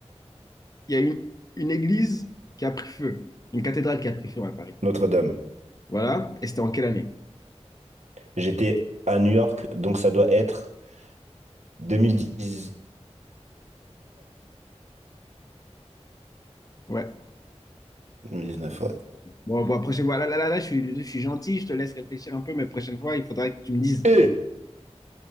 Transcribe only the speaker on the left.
il y a une, une église qui a pris feu. Une cathédrale qui a pris feu à Paris.
Voilà. Et c'était en quelle année?
Ouais.
Bon, bah, prochaine fois, là, là, là, là, je suis, je suis gentil, je te laisse réfléchir un peu, mais prochaine fois, il faudra que tu me dises.